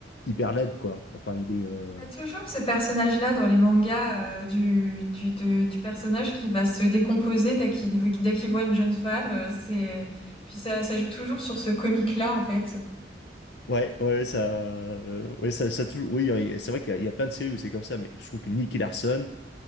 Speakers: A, on the left; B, on the left.
A: hyper laide, quoi. Enfin, il est... euh,
B: Il y a toujours ce personnage-là dans les mangas euh, du, du, de- du personnage qui va se décomposer dès qu'il dès qu'il voit une jeune femme. euh, c'est... Puis ça, ça joue toujours sur ce comique-là, en fait.
A: Ouais, ouais, ouais, ça... euh, Ouais, ça, ça toujours... Oui, c'est vrai qu'il y, a il y a plein de séries où c'est comme ça, mais je trouve que Nicky Larson...